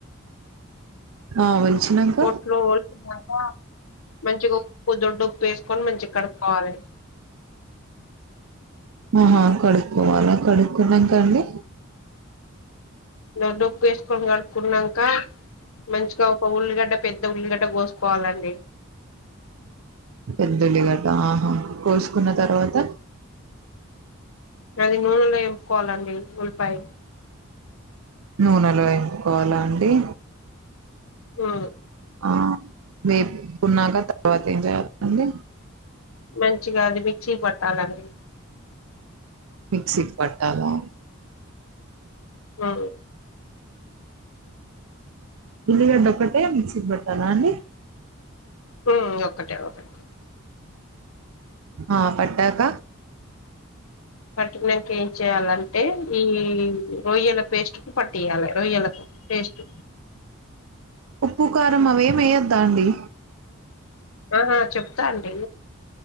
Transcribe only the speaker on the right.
ఆ ఒలిచినంక
ఆహా కడుక్కోవాలా కడుక్కున్నాక అండి
పెద్దలిగట ఆహా కోసుకున్న తర్వాత
నూనెలో ఎంపుకోవాల అండి
ఆ వేపున్నాక తర్వాత ఏం చేయాలి అండి
మిక్సీ కి పట్టాలా
ఉల్లిగడ్డక్కటే మిక్సీ కి పట్టాలా అండి
ఆ పట్టాక
ఉప్పు కారమ అవే మేయద్దాండి